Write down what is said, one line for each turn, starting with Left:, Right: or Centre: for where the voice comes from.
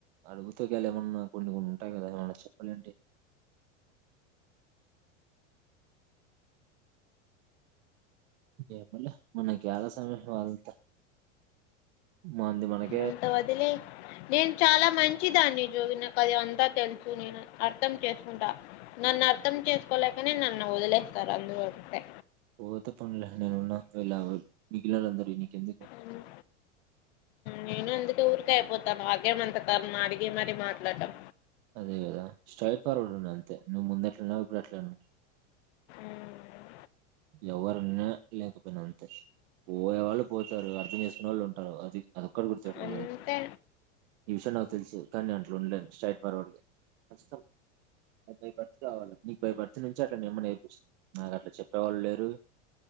Right: అడుగుత వెళ్ళ ఏమన్నా కొన్ని కొన్ని ఉంటాయి కదా ఏమన్నా చెప్పాలంటి ఏమోలే మనకి యాల సామి వాళ్లతో మంది మనకి
Left: అంత వదిలెయి నేను చాలా మంచిదాన్ని జోగినకు అది అంత తెలుసు నేను అర్థం చేసుకుంటా నన్ను అర్థం చేసుకోలేకనే నన్ను వదిలేస్తారు అందరూ అంతే
Right: పోతే పోన్లే నేను ఉన్నా వెళ్ళ మిగిలాల అందరిు నీక్ ఎందుకు
Left: ఉమ్, నేను అందుకే ఊరిక అయిపోతాను నాకేం అంత కర్మ అరిగే మరి మాట్లాడ్డం
Right: అదే కదా స్ట్రైట్ ఫార్వడ్ ఉన్నా అంతే నువ్వు ముందు ఎట్లన్నావు ఇప్పుడు అట్లే ఉండు
Left: ఉమ్.
Right: ఎవరున్నా లేకపోయినా అంతే పోయే వాళ్ళు పోతారు అర్థం చేసుకునే వాళ్ళు ఉంటారు అది అదొక్కటి గు పెట్టుకో
Left: అంతే.
Right: ఈ విషయం నాకు తెలుసు కానీ నేను అట్లు ఉండలేను స్ట్రైట్ ఫార్వర్డ్ం కష్టం బై బర్త్ కావాలా నీకు బై బర్త్ నుంచి అట్లా మీ అమ్మ నేర్పిస్తుాంది నాకు అట్లా చెప్ప ఎ వాళ్ళు లేరు